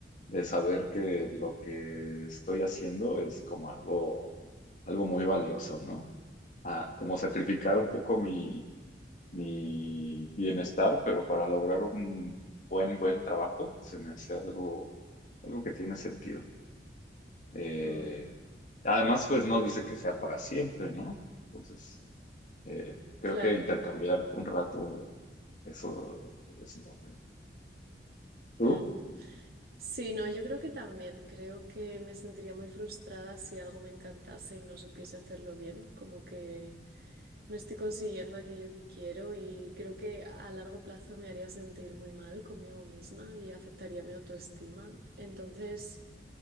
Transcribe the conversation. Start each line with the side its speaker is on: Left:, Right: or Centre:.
Left: de saber que lo que estoy haciendo es como algo, algo muy valioso, ¿no? a como sacrificar un poco mi, mi bienestar, pero para lograr un buen, buen trabajo, se me hace algo, algo que tiene sentido. Eh,
Right: Mm,
Left: además, pues no dice que sea para siempre, ¿no? Entonces, eh, creo
Right: claro.
Left: que intercambiar un rato eso, ese papel. ¿Tú?
Right: Mm. Sí, no, yo creo que también. Creo que me sentiría muy frustrada si algo me encantase y no supiese hacerlo bien. Como que... no estoy consiguiendo aquello que quiero y creo que a largo plazo me haría sentir muy mal conmigo misma y afectaría mi autoestima. Entonces,